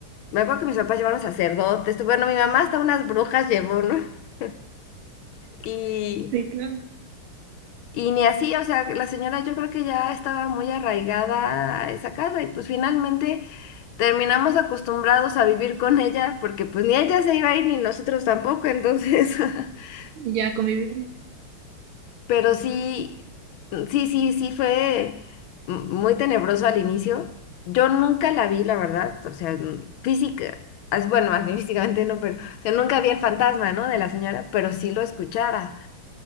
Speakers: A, on the left; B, on the right.
A: me acuerdo que mis papás llevaron sacerdotes, bueno, mi mamá hasta unas brujas llevó, ¿no? <laughs> Y,
B: Sí, claro.
A: y ni así, o sea, la señora yo creo que ya estaba muy arraigada a esa casa y pues finalmente terminamos acostumbrados a vivir con ella porque pues ni ella se iba a ir ni nosotros tampoco, entonces... <laughs>
B: Ya convivir.
A: Pero sí, sí, sí, sí fue m- muy tenebroso al inicio. Yo nunca la vi, la verdad. O sea, n- física, as- bueno, más bien <laughs> físicamente no, pero o sea, nunca vi el fantasma, ¿no? De la señora, pero sí lo escuchaba.